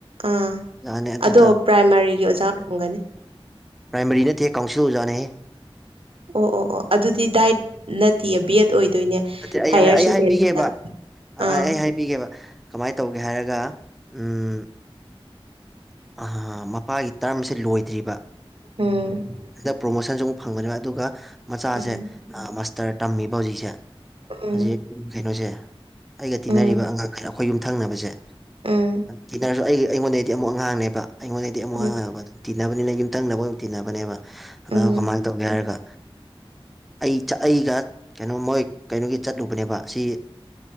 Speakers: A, on the right; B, in the centre.
A: ꯑꯥ
B: ꯑꯣꯖꯥꯅꯦ ꯑꯗꯨꯗ
A: ꯑꯗꯣ ꯄ꯭ꯔꯥꯏꯃꯥꯔꯤꯒꯤ ꯑꯣꯖꯥ ꯑꯣꯏꯔꯝꯒꯅꯤ
B: ꯄ꯭ꯔꯥꯏꯃꯔꯤ ꯅꯠꯇꯦꯍꯦ ꯀꯥꯎꯟꯁꯤꯜ ꯑꯣꯖꯥꯅꯦꯍꯦ
A: ꯑꯣ ꯑꯣ ꯑꯣ ꯑꯗꯨꯗꯤ ꯗꯥꯏꯠ ꯅꯠꯇꯦꯌꯦ ꯕꯤꯑꯦꯠ ꯑꯣꯏꯗꯣꯏꯅꯦ
B: ꯅꯠꯇꯦ ꯑꯩ
A: ꯍꯥꯏꯌꯔ
B: ꯑꯩ
A: ꯁꯦꯀꯦꯟꯗꯔꯤꯗ
B: ꯍꯥꯏꯕꯤꯒꯦꯕ
A: ꯑꯥ
B: ꯑꯩ ꯑꯩ ꯍꯥꯏ ꯄꯤꯒꯦꯕ ꯀꯃꯥꯏꯅ ꯇꯧꯒꯦ ꯍꯥꯏꯔꯒ ꯎꯝ ꯑ ꯃꯄꯥꯒꯤ ꯇꯔꯝꯁꯦ ꯂꯣꯏꯗ꯭ꯔꯤꯕ
A: ꯎꯝ
B: ꯍꯟꯗꯛ ꯄ꯭ꯔꯣꯃꯣꯁꯟꯁꯨ ꯑꯃꯨꯛ ꯐꯪꯕꯅꯦꯕ ꯑꯗꯨꯒ ꯃꯆꯥꯁꯦ
A: ꯎꯝ
B: ꯃꯥꯁꯇꯔ ꯇꯝꯃꯤꯕ ꯍꯧꯖꯤꯛꯁꯦ
A: ꯎꯝ
B: ꯍꯧꯖꯤꯛ ꯀꯩꯅꯣꯁꯦ ꯑꯩꯒ ꯇꯤꯟꯅꯔꯤꯕ
A: ꯎꯝ
B: ꯑꯉꯛ ꯑꯩꯈꯣꯏ ꯌꯨꯝ ꯊꯪꯅꯕꯁꯦ
A: ꯎꯝ
B: ꯇꯤꯅꯔꯁꯨ ꯑꯩꯒꯤ ꯑꯩꯉꯣꯟꯗꯩꯗꯤ ꯑꯃꯨꯛ ꯑꯉꯥꯡꯅꯦꯕ ꯑꯩꯉꯣꯟꯗꯩꯗꯤ ꯑꯃꯨꯛ
A: ꯎꯝ
B: ꯑꯉꯥꯡ ꯑꯣꯏꯕ ꯑꯗꯨꯝ ꯇꯤꯟꯅꯕꯅꯤꯅ ꯌꯨꯝꯊꯪꯅꯕ ꯑꯣꯏꯅ ꯇꯤꯟꯅꯕꯅꯦꯕ ꯑꯗꯣ
A: ꯎꯝ
B: ꯀꯃꯥꯏꯅ ꯇꯧꯒꯦ ꯍꯥꯏꯔꯒ ꯑꯩ ꯑꯩꯒ ꯀꯩꯅꯣ ꯃꯣꯏ ꯀꯩꯅꯣꯒꯤ ꯆꯠꯂꯨꯕꯅꯦꯕ ꯑꯁꯤ